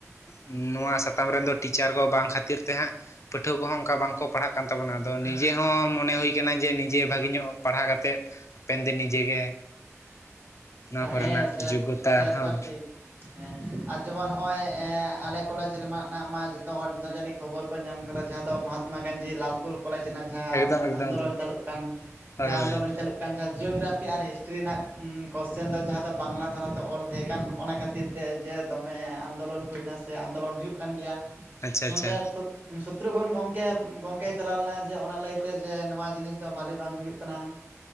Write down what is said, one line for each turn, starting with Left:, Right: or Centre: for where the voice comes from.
Left: ᱱᱚᱣᱟ ᱥᱟᱛᱟᱢ ᱨᱮᱱ ᱫᱚ ᱴᱤᱪᱟᱨ ᱠᱚ ᱵᱟᱝ ᱠᱷᱟᱹᱛᱤᱨ ᱛᱮ ᱦᱟᱸᱜ ᱯᱟᱹᱴᱷᱩᱣᱟᱹ ᱠᱚᱦᱚᱸ ᱚᱝᱠᱟ ᱵᱟᱝᱠᱚ ᱯᱟᱲᱦᱟᱜ ᱠᱟᱱ ᱛᱟᱵᱚᱱᱟ ᱟᱫᱚ ᱱᱤᱡᱮ ᱦᱚᱸ ᱢᱚᱱᱮ ᱦᱩᱭ ᱠᱟᱱᱟ ᱡᱮ ᱱᱤᱡᱮ ᱵᱷᱟᱜᱮ ᱧᱚᱜ ᱯᱟᱲᱦᱟᱣ ᱠᱟᱛᱮᱫ ᱦᱟᱯᱮᱱ ᱫᱤᱱ ᱱᱤᱡᱮᱜᱮ ᱱᱚᱣᱟ ᱠᱚᱨᱮᱱᱟᱜ
Right: ᱦᱮᱸ ᱥᱮ
Left: ᱡᱳᱜᱜᱳᱛᱟ
Right: ᱥᱮᱛᱚ
Left: ᱦᱚᱸ
Right: ᱴᱷᱤᱠ ᱦᱮᱸ ᱟᱨ ᱡᱮᱢᱚᱱ ᱦᱚᱜᱼᱚᱭ ᱟᱞᱮ ᱠᱚᱞᱮᱡᱽ ᱨᱮᱢᱟᱜ ᱱᱟᱜ ᱢᱟ ᱡᱚᱛᱚ ᱦᱚᱲ ᱱᱤᱛᱚᱜ ᱡᱟᱹᱱᱤᱡ ᱠᱷᱚᱵᱚᱨ ᱠᱚ ᱧᱟᱢ ᱟᱠᱟᱫᱟ ᱡᱟᱦᱟᱸ ᱫᱚ ᱢᱚᱦᱟᱛᱛᱢᱟ ᱜᱟᱱᱡᱷᱤ ᱞᱟᱞᱯᱩᱨ ᱠᱚᱞᱮᱡᱽ ᱨᱮᱱᱟᱜ ᱡᱟᱦᱟᱸ
Left: ᱮᱠᱫᱚᱢ ᱮᱠᱫᱚᱢ
Right: ᱟᱱᱫᱳᱞᱚᱱ
Left: ᱮᱠᱫᱚᱢ
Right: ᱪᱟᱹᱞᱩᱜ ᱠᱟᱱ
Left: ᱦᱳᱭ
Right: ᱡᱟᱦᱟᱸ
Left: ᱦᱳᱭ
Right: ᱟᱱᱫᱳᱞᱚᱱ ᱪᱟᱹᱞᱩᱜ ᱠᱟᱱ ᱡᱟᱦᱟᱸ ᱡᱤᱭᱳᱜᱨᱟᱯᱷᱤ ᱟᱨ ᱦᱤᱥᱴᱨᱤ ᱨᱮᱱᱟᱜ ᱠᱚᱥᱪᱮᱱ ᱫᱚ ᱡᱟᱦᱟᱸ ᱫᱚ ᱵᱟᱝᱞᱟ ᱫᱷᱟᱨᱟᱛᱮ ᱚᱞ ᱛᱟᱦᱮᱸ ᱠᱟᱱ ᱚᱱᱟ ᱠᱷᱟᱹᱛᱤᱨ ᱛᱮ ᱡᱮ ᱫᱚᱢᱮ ᱟᱱᱫᱳᱞᱚᱱ ᱦᱩᱭᱱᱟ ᱥᱮ ᱟᱱᱫᱳᱞᱚᱱ ᱦᱩᱭᱩᱜ ᱠᱟᱱ ᱜᱮᱭᱟ
Left: ᱟᱪᱪᱷᱟ
Right: ᱱᱚᱱᱛᱮ
Left: ᱟᱪᱪᱷᱟ
Right: <unintelligible> ᱥᱚᱛᱨᱩᱜᱚᱱ ᱜᱚᱝᱠᱮ ᱜᱚᱝᱠᱮ ᱪᱟᱞᱟᱣ ᱞᱮᱱᱟ ᱡᱮ ᱚᱱᱟ ᱞᱟᱹᱭᱛᱮ ᱡᱮ ᱱᱚᱣᱟ ᱡᱤᱱᱤᱥ ᱫᱚ ᱵᱟᱹᱞᱮ ᱵᱟᱝ ᱦᱩᱭᱩᱜ ᱠᱟᱱᱟ